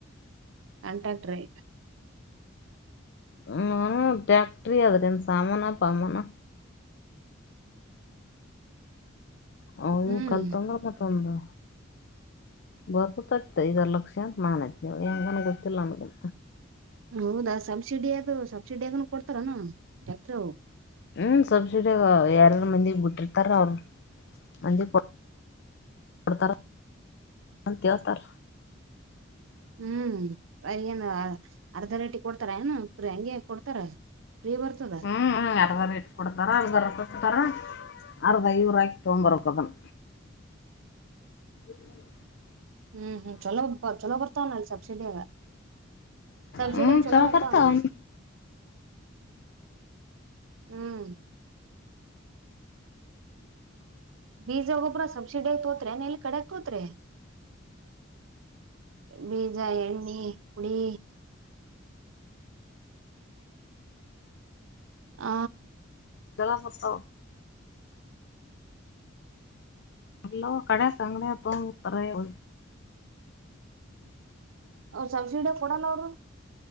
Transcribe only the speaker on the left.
ಹ್ಮ್ ಟ್ಯಾಟ್ರಿ ಆದ್ರೆನ್ ಸಾಮಾನ ಪಮಾನ. ಅವ್ನು
ಕಲ್ ತೊಂದ್ರನೊ ತಂದ. ಬರ್ತತಂತೆ ಐದಾರ್ ಲಕ್ಷಂತ ನಾನ್ ಅತಿವ್ ಹೆಂಗನ್ ಗೊತ್ತಿಲ್ಲ ನನ್ಗ.
ಹ್ಮ ಸಬ್ಸಿಡಿಯಗ್ ಯಾರಾರ್ ಮಂದಿಗ್ ಬಿಟ್ಟಿರ್ತಾರ್ ಅವ್ರ ಮಂದಿ ತಾರ ತ್ಯತಾರ.
ಹ್ಮ್ ಹ್ಮ್ ಅರ್ಧ ರೆಟಿಗ್ ಕೊಡ್ತಾರ ಅರ್ದದರ್ ಪರ ಅರ್ದ ಇವೂರ್ ಆಯ್ಕ್ ತೊಂಬರ್ಕ್ಕದನ್. <unintelligible>
ಹ್ಮ್
ಬರ್ತಾವ
ಜಲಪತವ್. ಎಲ್ಲೊ ಕಡೆ ಸಂಗ್ಡೆ ತೋಂಬ್ ತ್ತರೆವ್.